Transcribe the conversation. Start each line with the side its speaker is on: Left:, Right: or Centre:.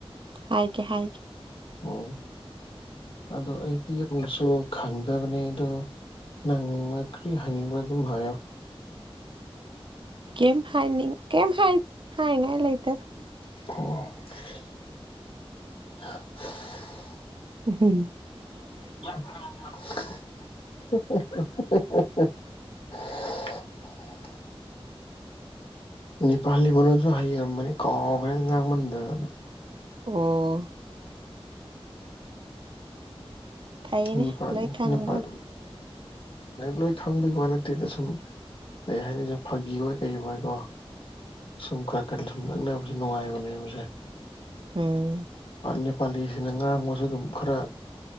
Right: ꯍꯥꯏ ꯀꯦ ꯍꯥꯏꯦ
Left: ꯎꯝ ꯑꯗꯣ ꯑꯩꯒꯤ ꯌꯁꯨ ꯈꯪꯗꯕꯅꯦ ꯑ ꯑꯗꯨꯣ ꯅꯪꯅ ꯀꯔꯤ ꯍꯥꯏꯅꯤꯡꯕ꯭ꯔꯣ ꯑꯗꯨꯝ ꯍꯥꯏꯌꯣ
Right: ꯀꯩꯝ ꯍꯥꯏꯅꯤꯡ ꯀꯩ ꯊꯉꯥꯏ ꯂꯩꯇꯦꯗ
Left: ꯑꯣ
Right: ꯍꯝ
Left: <inaudible> ꯎ ꯅꯤꯄꯥꯂꯤ ꯃꯅꯨꯡꯗꯣꯟꯁꯨ ꯍꯩꯔꯝꯕꯅꯤ ꯀꯥꯎꯈ꯭ꯔꯦ ꯉꯥꯡꯃꯟꯗꯗꯅ
Right: ꯑꯣ ꯐꯩꯅꯦ
Left: ꯃꯤ ꯄꯥ
Right: ꯂꯣꯏ ꯈꯪꯕ
Left: ꯅ ꯄꯥꯏ ꯂꯣꯏ ꯈꯪꯕꯒꯤ ꯋꯥ ꯅꯠꯇꯦꯗ ꯁꯨꯝ ꯀꯩ ꯍꯥꯏꯅꯤ ꯁ ꯐꯥꯒꯤ ꯀꯩ ꯑꯣꯏ ꯑꯣꯏꯀꯣ ꯁꯨꯝ ꯈꯔ ꯈꯔ ꯁꯨꯝ ꯅꯛꯅꯕꯁꯦ ꯅꯨꯡꯉꯥꯏꯕꯅꯦꯕꯁꯦ
Right: ꯎꯝ
Left: ꯅꯦꯄꯥꯂꯤꯁꯤꯅ ꯉꯥꯡꯕꯁꯨ ꯑꯗꯨꯝ ꯈꯔ